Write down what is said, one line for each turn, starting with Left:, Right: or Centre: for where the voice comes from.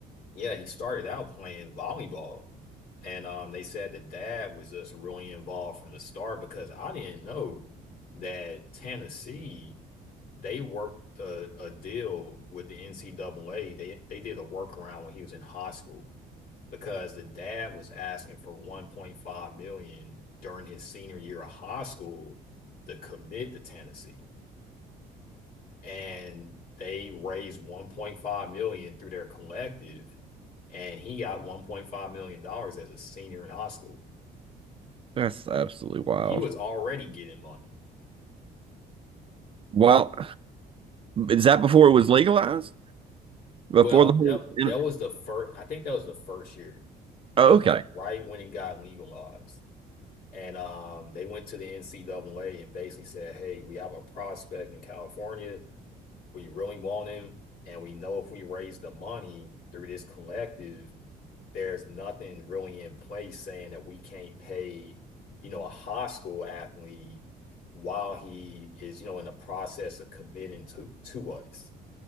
Left: yeah, he started out playing volleyball. And um, they said the dad was just really involved from the start because I didn't know that Tennessee they worked a, a deal with the NCAA. They they did a workaround when he was in high school because the dad was asking for 1.5 million dollars during his senior year of high school to commit to Tennessee. And they raised 1.5 million dollars through their collective and he got 1.5 million dollars as a senior in high school.
Right: That's absolutely wild.
Left: He was already getting money.
Right: Well, is that before it was legalized? Before
Left: Well,
Right: the whole?
Left: that,
Right: In,
Left: that was the first I think that was the first year
Right: oh,
Left: It was
Right: okay.
Left: like right when it got legalized. And um, they went to the NCAA and basically said, hey, we have a prospect in California. We really want him. And we know if we raise the money through this collective, there's nothing really in place saying that we can't pay, you know, a high school athlete while he is, you know, in the process of committing to to us